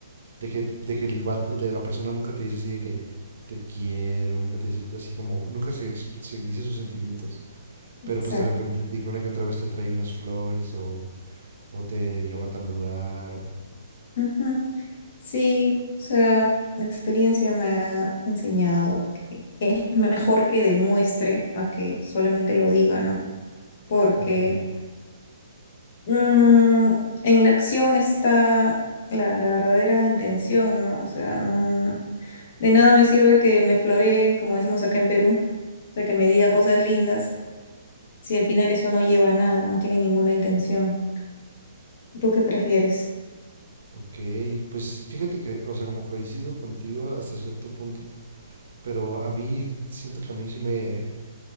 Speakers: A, on the right; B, on the left.
A: de que, de que el vato- de la persona nunca te dice así de que te quiero, nunca te dice así como, nunca se, ex- se dice sus sentimientos, pero
B: Exacto.
A: pues de repente de que una que otra vez te trae unas flores o, o te lleva a tal lugar o...
B: Ujú. Sí, o sea, la experiencia me ha enseñado que es mejor que demuestre a que solamente lo diga, ¿no? Porque
A: Ok.
B: mm, en la acción está la, la verdadera intención, ¿no? O sea, no, de nada me sirve que me floree, como decimos acá en Perú, o sea, que me diga cosas lindas, si al final eso no lleva a nada, no tiene ninguna intención. ¿Tú qué prefieres?
A: Ok, pues fíjate que, o sea, como coincido contigo hasta cierto punto, pero a mí siento que a mí sí me,